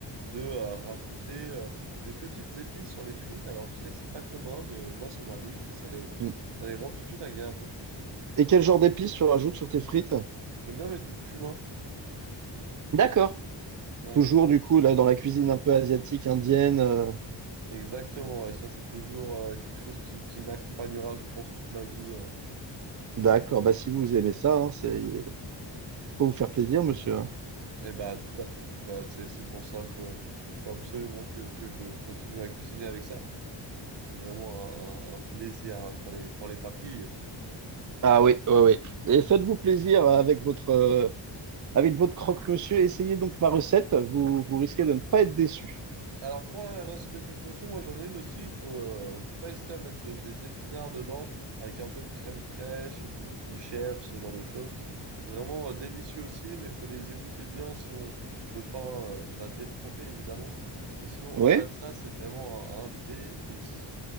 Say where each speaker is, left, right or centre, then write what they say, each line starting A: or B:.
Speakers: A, on the right; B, on the right.
A: de euh, rajouter euh, des petites épices sur les frites. Alors je sais que c'est pas commun, mais euh, moi ça m'arrive et ça les,
B: Mm.
A: ça les rend tout de suite agréables.
B: Et quel genre d'épices tu rajoutes sur tes frites?
A: J'aime bien mettre du cumin.
B: D'accord.
A: Ouais,
B: Toujours
A: un peu.
B: du coup là dans la cuisine un peu asiatique, indienne. euh,
A: Exactement, ouais, ça c'est toujours euh, quelque chose qui, qui m'accompagnera, je pense, toute ma vie. euh.
B: D'accord. Bah si vous aimez ça, hein, c'est faut vous faire plaisir, monsieur. hein.
A: Eh bah, tout à fait. Eh bah, c'est, c'est pour ça, faut, faut absolument que, que je continue à cuisiner avec ça. C'est vraiment un, un- un plaisir pour les, pour les papilles.
B: Ah oui, oui, oui. Et faites-vous plaisir avec votre, euh, avec votre croque-monsieur. Essayez donc ma recette. Vous, vous risquez de ne pas être déçu.
A: Alors, pour la race des croque-monsieur, moi, j'en ai une aussi. faut, euh, faut pas hésiter à mettre de- des épinards dedans avec un peu de crème fraîche et du, du chèvre, ce genre de choses. C'est vraiment euh, délicieux aussi, mais il faut les égoutter bien, sinon le pain, euh, va détremper, évidemment. Mais sinon, au-delà
B: Oui?
A: de ça, c'est vraiment un un délice.